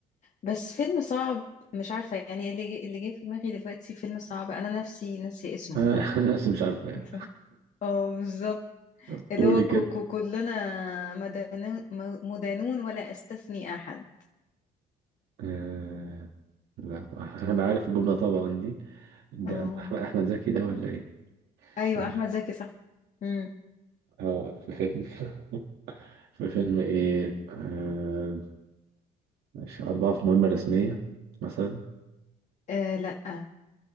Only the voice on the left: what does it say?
بس فيلم صعب مش عارفه يعني اللي جه اللي جه في دماغي دلوقتي فيلم صعب انا نفسي ناسي
اسمه
<laughs> اه بالظبط
اللي
هو كو كو كلنا مدنون مدانون ولا استثني احد
اه
ايوه
احمد زكي صح امم
آه لا